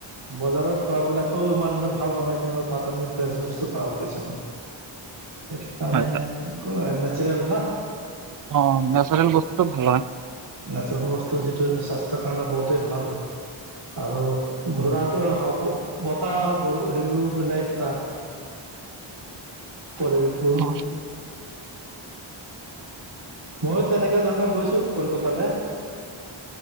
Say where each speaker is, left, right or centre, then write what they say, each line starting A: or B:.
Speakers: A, on the right; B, on the right.
A: বজাৰৰ খোৱাবিলাকও ইমান এটা ভাল নহয়। কিন্তু তাত আমি ফ্ৰেছ বস্তু পাওঁ কিছুমান। স কাৰানে,
B: হয়
A: নেচৰেল ন?
B: অ, নেচাৰেল বস্তুতটো ভাল হয়।
A: নেচাৰেল বস্তু যিটো স্বাস্থ্যৰ কাৰণে বহুতেই ভাল হয়। আৰু ঘোৰাটো বতাহ ব হেৰিবোৰ বেলেগ তাৰ। পৱেশ <unintelligible>
B: অ'
A: ময়ো তেনেকা ধৰণৰ গৈছো কলকাতালৈ।